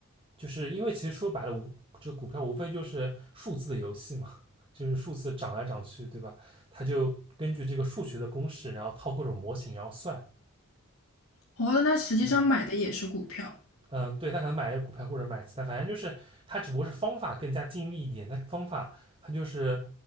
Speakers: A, on the right; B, on the left.
A: 就是因为其实说白了，无这股票无非就是数字的游戏嘛，<laughs> 就是数字涨来涨去，对吧？它就根据这个数学的公式，然后套各种模型，然后算，
B: 哦，那他实际上买的也是股票，
A: 嗯。嗯，对他可能买一个股票或者买其他，反正就是他只不过是方法更加精密一点，他方法他就是